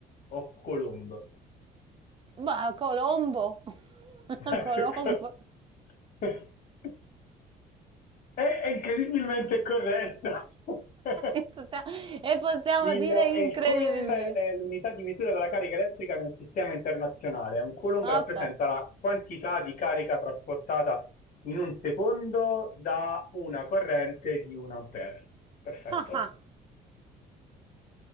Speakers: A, on the left (about 55°); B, on the right (about 30°).
A: o coulomb? <laughs>
B: Ma Colombo. <laughs>
A: Ma
B: Colombo.
A: che cazzo? <laughs> È, è incredibilmente corretto. <laughs>
B: E possiamo, e possiamo
A: Il,
B: dire
A: e
B: incredibilmente.
A: Coulomb è è l'unità di misura della carica elettrica nel sistema internazionale. Un Coulomb
B: Ok.
A: rappresenta la quantità di carica trasportata in un secondo da una corrente di un ampere. Perfetto.
B: Ah, ah,